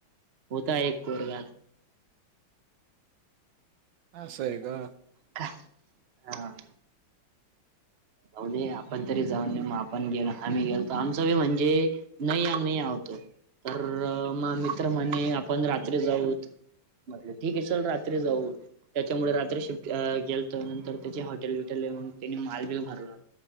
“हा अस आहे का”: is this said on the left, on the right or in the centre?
Right